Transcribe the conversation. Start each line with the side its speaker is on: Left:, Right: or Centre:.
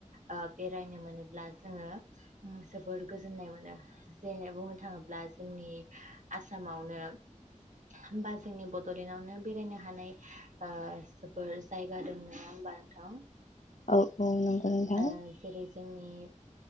Right: ओ बे बेरायनो मोनोब्ला जोङो जोबोर गोजोननाय मोनो <unintelligible> थाङोब्ला जोंनि आसामावनो होमबा जोंनि बदलेण्डआवनो बेरायनो हानाय ओ जोबोर जायगा दं नङा होमबा <unintelligible> नोंथां
Left: औ औ नंगौ नोंथां।
Right: ओ जेरै जोंनि